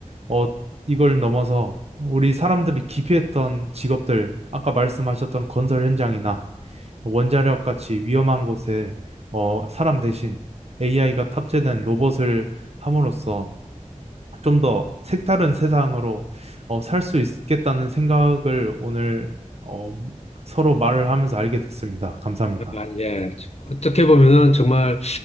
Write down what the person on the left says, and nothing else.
아, 예. 어떻게 보면은 정말,